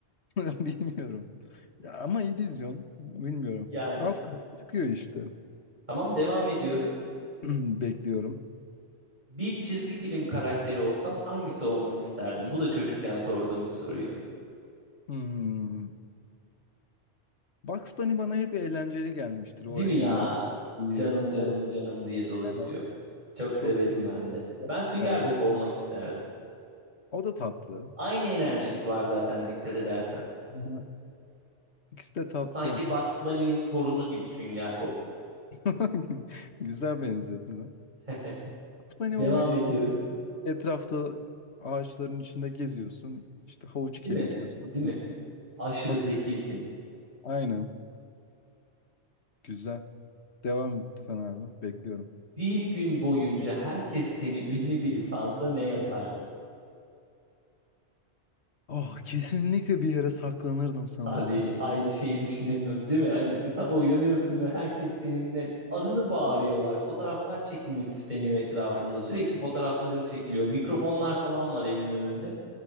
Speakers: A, on the left (about 70°); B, on the right (about 40°).
A: <laughs> Bilmiyorum. Ya ama illüzyon. Bilmiyorum.
B: Yani
A: Alt kat çıkıyor işte.
B: tamam devam ediyorum.
A: <clears throat> Bekliyorum.
B: Bir çizgi film karakteri olsan hangisi olmak isterdin? Bu da çocukken sorduğum bir soruydu.
A: Hmm. Bugs Bunny bana hep eğlenceli gelmiştir.
B: Değil
A: O
B: mi
A: enerji,
B: ya? Canım canım
A: o
B: canım diye dolaşıyor.
A: enerji.
B: Çok severim
A: Çok sıcak
B: ben de.
A: bir
B: Ben Sünger
A: karakter.
B: Bob olmak isterdim.
A: O da tatlı.
B: Aynı enerjilik var zaten dikkat edersen.
A: Aha. İkisi de tatlı.
B: Sanki Bugs Bunny'nin torunu gibi Sünger Bob.
A: <laughs> Güzel benzetme.
B: <laughs>
A: Bugs Bunny
B: Devam
A: olmak ist
B: ediyorum.
A: Etrafta ağaçların içinde geziyorsun. İşte havuç
B: Değil
A: kemiriyorsun.
B: mi? Değil
A: falan.
B: mi? Aşırı
A: Tatlı.
B: zekisin.
A: Aynen. Güzel. Devam et lütfen abi. Bekliyorum.
B: Bir gün boyunca herkes seni ünlü biri sansa ne yapardın?
A: Oh, kesinlikle bir yere saklanırdım sanırım
B: Abi
A: ya.
B: aynı şeyi düşünüyorum değil mi? Hani sabah uyanıyorsun ve herkes seninle adını bağırıyorlar. Fotoğraflar çekilmek isteniyor etrafında. Sürekli fotoğrafların çekiliyor. Mikrofonlar falan var evin önünde.